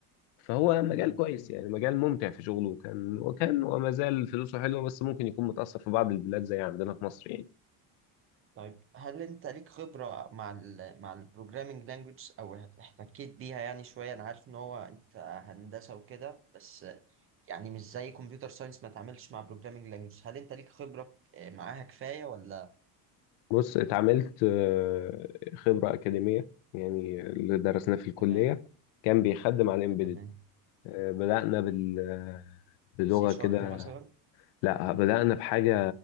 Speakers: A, on the left; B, on the right.
A: فهو مجال
B: فاهم
A: كويس يعني مجال ممتع في شغله وكان وكان وما زال فلوسه حلوه بس ممكن يكون متاثر في بعض البلاد زي عندنا في مصر يعني
B: طيب هل انت ليك خبرة مع ال مع البروجرامينج لانجوج او احتكيت بيها يعني شوية انا عارف ان هو انت هندسة وكده بس يعني مش زي كمبيوتر ساينس ما تعملش مع بروجرامينج لانجوج هل انت ليك خبرة آه، معاها كفاية ولا
A: بص اتعاملت آه، خبرة أكاديمية يعني اللي درسناه في الكلية
B: تمام
A: كان بيخدم على الإمبيدد
B: تمام
A: آه، بدأنا بال آه، بلغة
B: سي شارب
A: كده
B: مثلا
A: لا بدأنا بحاجة